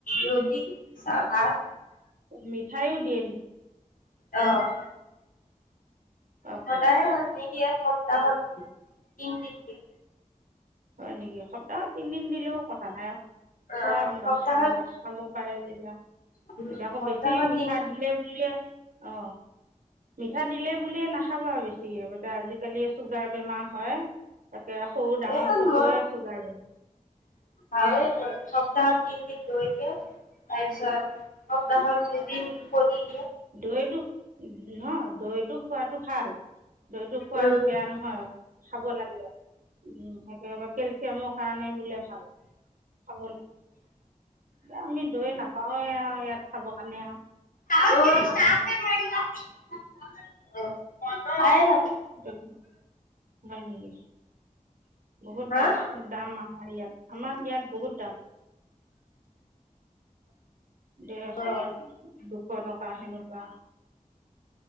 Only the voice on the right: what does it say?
মিঠাইও দিয়ে নেকি
আপোনাৰ
হয় নেকি, সপ্তাহত তিনদিন দিলেও কথা নাই।
খোৱাবা
খাব খাব পাৰে যে <inaudible>
এতিয়া আকৌ
বেছি মিঠা
দিলে বুলিয়ে অ, পিঠা দিলে বুলিয়ে নাখাবা আৰু বেছিয়ে <unintelligible> আজিকালি চুগাৰ বেমাৰ হয় তাকে সৰু -ডাঙৰ
চবয়ে
চুগাৰ
দৈয়েটো উম, হা দৈ দৈটো খোৱাটো ভাল দৈটো খোৱাটো
বেয়া নহয় খাব লাগে উম সেইটো <unintelligible> কেলচিয়ামৰ কাৰণে বোলে ভাল খাব লাগে বা আমি দৈ নাপ <unintelligible> চাব কাৰণে আ
দৈ হয় নেকি? বহুত
দাম মা নোৱাৰি ইয়াত আমাৰ ইয়াত বহুত দাম। দেৰশ
দুশ টকা সেনেকুৱা